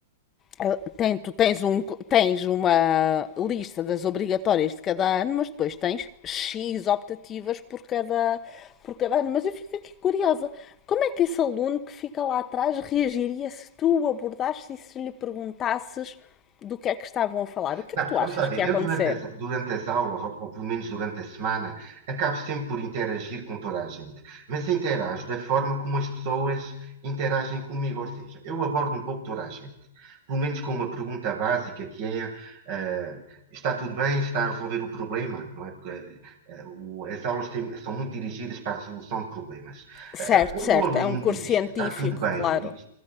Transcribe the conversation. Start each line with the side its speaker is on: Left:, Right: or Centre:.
Left: Ah, Tem, tu tens, um, co- tens uma lista das obrigatórias de cada ano, mas depois tens X optativas por cada, por cada ano. Mas eu fico aqui curiosa. Como é que esse aluno que fica lá atrás reagiria se tu o abordasses e se lhe perguntasses do que é que estavam a falar? O que
Right: Não,
Left: é que tu
Right: vamos
Left: achas
Right: lá ver.
Left: que ia
Right: Eu,
Left: acontecer?
Right: durante as, durante as aulas, ou, ou pelo menos durante a semana, acabo sempre por interagir com toda a gente. Mas interajo da forma como as pessoas interagem comigo, ou seja, eu abordo um pouco toda a gente. Pelo menos com uma pergunta básica que é: eh, está tudo bem? Está a resolver o problema? Não é? Porque, eh, o- as aulas têm- são muito dirigidas para a resolução de problemas.
Left: Certo,
Right: Eh, quando
Left: certo.
Right: o aluno
Left: É um curso
Right: me diz
Left: científico,
Right: que está tudo bem
Left: claro.
Right: e que,